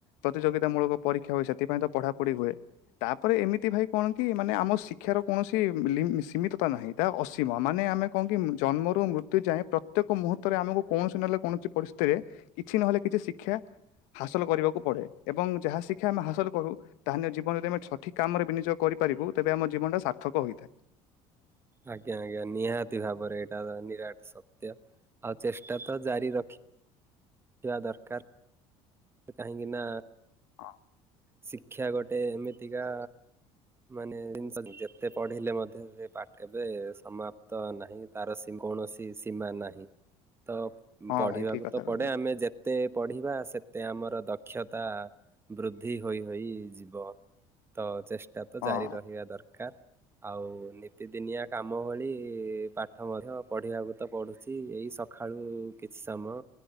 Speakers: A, on the left (about 85°); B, on the right (about 20°).
A: ପ୍ରତିଯୋଗିତାମୂଳକ ପରୀକ୍ଷା ହୁଏ ସେଥିପାଇଁ ତ ପଢାପଢି ହୁଏ। ତାପରେ ଏମିତି ଭାଇ କଣ କି ମାନେ ଆମ ଶିକ୍ଷାର କୌଣସି ଲି ସୀମିତତା ନାହିଁ ତା ଅସୀମ ମାନେ ଆମେ କଣ କି ଜନ୍ମରୁ ମୃତ୍ୟୁ ଯାଏ ପ୍ରତ୍ୟେକ ମୁହୂର୍ତ୍ତରେ ଆମକୁ କୌଣସି ନହେଲେ କୌଣସି ପରିସ୍ଥିତିରେ କିଛି ନହେଲେ କିଛି ଶିକ୍ଷା ହାସଲ କରିବାକୁ ପଡେ ଏବଂ ଯାହା ଶିକ୍ଷା ଆମେ ହାସଲ କରୁ ତାହେନେ ଜୀବନ ଯଦି ଆମେ ସଠିକ୍ କାମରେ ବିନିଯୋଗ କରିପାରିବୁ ତେବେ ଆମ ଜୀବନଟା ସାର୍ଥକ ହୋଇଥାଏ।
B: ଆଜ୍ଞା ଆଜ୍ଞା ନିହାତି ଭାବରେ ଏଇଟା ତ ନିରାଟ ସତ୍ୟ ଆଉ ଚେଷ୍ଟା ତ ଜାରି ରଖି ଇବା ଦରକାର। କାହିଁକି ନା
A: ହଁ
B: ଶିକ୍ଷା ଗୋଟେ ଏମିତିକା ମାନେ ଜିନିଷ ଯେତେ ପଢିଲେ ମଧ୍ୟ ସେ ସେ ପାଠ କେବେ ସମା ତ ନାହିଁ ତାର କୌଣସି ସୀମା ନାହିଁ ତ
A: ହଁ
B: ପଢିବାକୁ
A: ଭାଇ ଠିକ କଥା
B: ତ
A: କହିଲେ
B: ପଡେ ଆମେ ଯେତେ ପଢିବା ସେତେ ଆମର ଦକ୍ଷତା ବୃଦ୍ଧି ହୋଇ ହୋଇ ଯିବ ତ ଚେଷ୍ଟା ତ
A: ହଁ।
B: ଜାରି ରହିବା ଦରକାର। ଆଉ ନିତିଦିନିଆ କାମ ଭଳି ପାଠ ମଧ୍ୟ ପଢିବାକୁ ତ ପଡୁଛି ଏଇ ସ ଖାଳୁ କିଛି ସମୟ